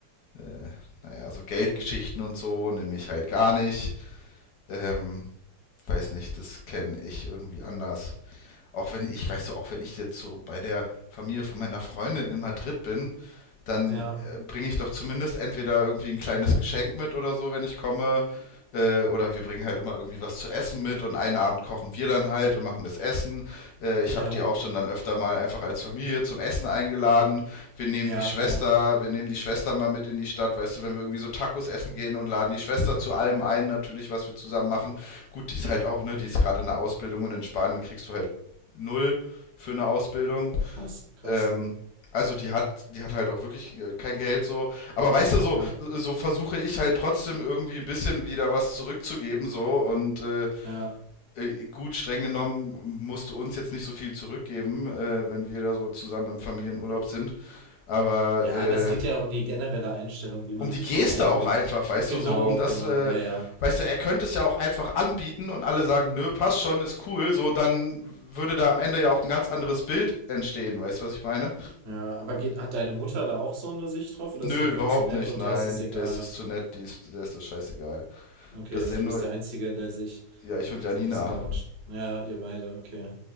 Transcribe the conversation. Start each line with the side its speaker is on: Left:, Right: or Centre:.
Left: äh, naja, so Geldgeschichten und so, nämlich halt gar nicht. Ähm, weiß nicht, das kenne ich irgendwie anders auch wenn ich, weißt du, auch wenn ich jetzt so bei der Familie von meiner Freundin in Madrid bin, dann
Right: Ja.
Left: äh, bringe ich doch zumindest entweder irgendwie ein kleines Geschenk mit oder so, wenn ich komme. Äh, oder wir bringen halt immer irgendwie was zu essen mit und einen Abend kochen wir dann halt und machen das Essen. Äh, ich
Right: Ja.
Left: habe die auch schon dann öfter mal einfach als Familie zum Essen eingeladen. Wir nehmen
Right: Ja,
Left: die Schwester,
Right: fair.
Left: wir nehmen die Schwester mal mit in die Stadt, weißt du, wenn wir irgendwie so Tacos essen gehen und laden die Schwester zu allem ein, natürlich, was wir zusammen machen. Gut, die ist halt auch, ne, die ist gerade in der Ausbildung und in Spanien kriegst du halt null für eine Ausbildung.
Right: Krass, krass.
Left: Ähm, also die hat, die hat halt auch wirklich äh, kein Geld so. Aber weißt du, so,
Right: Ja.
Left: so versuche ich halt trotzdem irgendwie ein bisschen wieder was zurückzugeben so. Und äh,
Right: Ja.
Left: äh, gut, streng genommen musst du uns jetzt nicht so viel zurückgeben, äh, wenn wir da so zusammen im Familienurlaub sind. Aber
Right: Ja,
Left: äh,
Right: aber es geht ja um die generelle Einstellung, wie man
Left: um die
Right: sich
Left: Geste
Right: so einbringt.
Left: auch einfach, weißt
Right: Genau,
Left: du, so um das,
Right: genau.
Left: äh,
Right: Ja, ja.
Left: weißt du, er könnte es ja auch einfach anbieten und alle sagen, nö, passt schon, ist cool, so, dann würde da am Ende ja auch ein ganz anderes Bild entstehen, weißt du, was ich meine?
Right: Ja, aber geht, hat deine Mutter da auch so eine Sicht drauf oder
Left: Nö,
Right: ist sie einfach
Left: überhaupt
Right: zu nett
Left: nicht,
Right: und
Left: nein,
Right: der ist es egal?
Left: der ist es zu nett, die ist, der ist das scheißegal.
Right: Okay,
Left: Das
Right: also
Left: sehen
Right: du
Left: nur,
Right: bist der Einzige, der sich
Left: ja, ich und Janina.
Right: so ein bisschen daran. sch- Ja, ihr beide, okay.